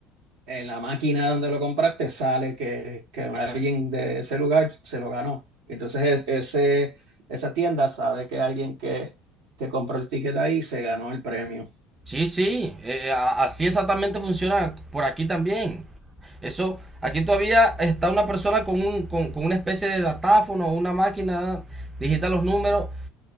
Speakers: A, on the right; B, on the right.
A: en la máquina donde lo compraste sale que, que alguien de ese lugar se lo ganó. Entonces es- ese, esa tienda sabe que alguien que, que compró el ticket ahí se ganó el premio.
B: Sí, sí. eh, eh, a- así exactamente funciona por aquí también. Eso, aquí todavía está una persona con, un, con, con una especie de datáfono o una máquina, digita los números